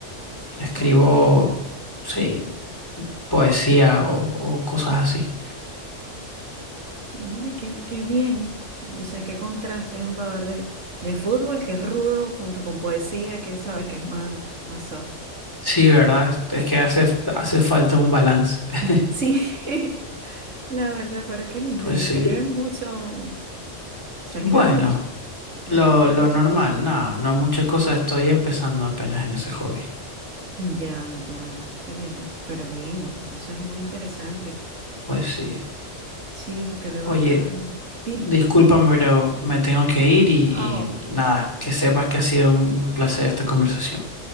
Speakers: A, on the left; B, on the right.
A: Escribo,
B: Hoy, mira.
A: sí, poesía o, o cosas así.
B: Mira, qué, qué bien. No sé qué contraste, un jugador de, de fútbol que es rudo junto con poesía, que sabes que es más, más soft.
A: Sí, ¿verdad? Es que hace, hace falta un balance. <laughs>
B: Mm, Sí, <laughs> la verdad, pero qué lindo.
A: Pues
B: Y escribes
A: sí.
B: mucho, o sea,
A: Bueno.
B: escribes mucho. Has
A: Lo,
B: escrito
A: lo
B: muchas
A: normal,
B: cosas.
A: nada, no muchas cosas, estoy empezando apenas en ese hobby.
B: Ya, ya. Oye, que- pero bien, eso es muy interesante.
A: Pues sí.
B: Sí, porque la
A: Oye,
B: verdad, dime.
A: discúlpame, pero me tengo que ir y,
B: Oh,
A: y nada, que sepas que ha sido un un placer esta conversación.